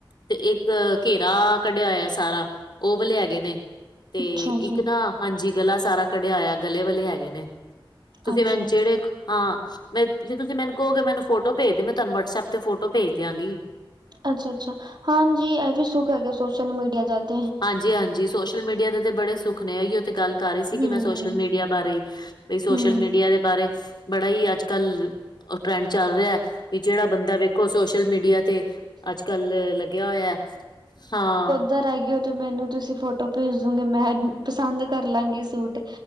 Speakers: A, on the left; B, on the right.
A: ਤੇ ਇੱਕ ਘੇਰਾ ਕੱਢਿਆ ਹੋਇਐ ਸਾਰਾ, ਓ ਵਾਲੇ ਹੈਗੇ ਨੇ ਤੇ
B: ਅੱਛਾ
A: ਇੱਕ
B: ਜੀ
A: ਨਾ, ਹਾਂਜੀ ਗਲਾ ਸਾਰਾ ਕੱਢਿਆ ਹੋਇਆ ਗਲੇ ਵਾਲੇ ਹੈਗੇ ਨੇ। ਤੁਸੀਂ
B: ਅੱਛਾ
A: ਮੈਨੰ ਜੇੜੇ ਹਾਂ, ਮੈਂ ਜੇ ਤੁਸੀਂ ਮੈਨੂੰ ਕਓਗੇ ਤੇ ਮੈਨੂੰ ਫੋਟੋ ਭੇਜ ਦੇ, ਮੈਂ ਤੁਆਨੂੰ ਵਟਸਐਪ ਤੇ ਫੋਟੋ ਭੇਜ ਦਿਆਂਗੀ।
B: ਅੱਛਾ-ਅੱਛਾ। ਹਾਂਜੀ, ਐ ਵੀ ਸੁੱਖ ਹੈਗੈ ਸੋਸ਼ਲ ਮੀਡੀਆ ਦਾ। ਤੇ।
A: ਹਾਂਜੀ-ਹਾਂਜੀ, ਸੋਸ਼ਲ ਮੀਡੀਆ ਦੇ ਤੇ ਬੜੇ ਸੁੱਖ ਨੇ। ਐਈਯੋ ਤੇ ਗੱਲ ਕਰ ਰੇ
B: ਹੂੰ,
A: ਸੀ ਕਿ ਮੈਂ ਸੋਸ਼ਲ ਮੀਡੀਆ ਬਾਰੇ ਈ। ਬਈ ਸੋਸ਼ਲ
B: ਹੂੰ
A: ਮੀਡੀਆ ਦੇ ਬਾਰੇ ਬੜਾ ਈ ਅੱਜ-ਕੱਲ ਓ ਟ੍ਰੈਂਡ ਚੱਲ ਰਿਐ ਵੀ ਜੜਾ ਬੰਦਾ ਵੇਖੋ ਸੋਸ਼ਲ ਮੀਡੀਆ ਤੇ ਅੱਜ-ਕੱਲ ਲੱਗਿਆ ਹੋਇਐ, ਹਾਂ।
B: ਉਧਰ ਹੈਗੇ ਓ ਤੇ ਮੈਨੂੰ ਤੁਸੀਂ ਫੋਟੋ ਭੇਜ ਦੋਂਗੇ ਮੈਂ ਅ ਪਸੰਦ ਕਰ ਲਾਂਗੀ ਸੂਟ।